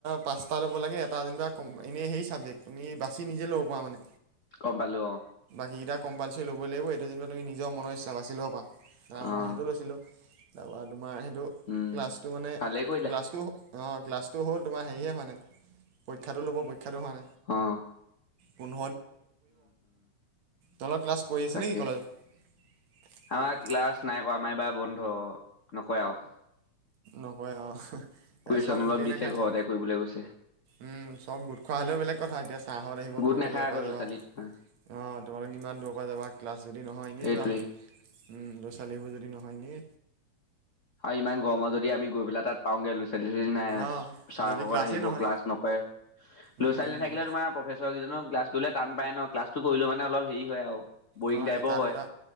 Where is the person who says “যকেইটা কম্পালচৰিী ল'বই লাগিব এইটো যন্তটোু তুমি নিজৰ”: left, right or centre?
Right